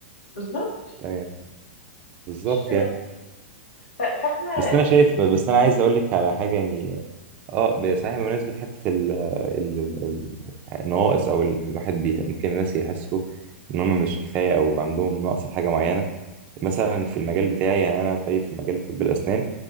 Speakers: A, on the left (about 80°); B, on the right (about 25°).
A: بالظبط
B: تمام يعني بالظبط
A: مش-
B: يعني
A: ف- فاحنا
B: بس انا شايف بس انا عايز اقول لك على حاجه يعني اه ب- صحيح بمناسبه حته ال ال ال- النواقص او ال- الواحد بي ممكن الناس يحسوا ان هم مش كفايه او عندهم نقص في حاجه معينه مثلا في المجال بتاعي يعني انا طيب في مجال طب الاسنان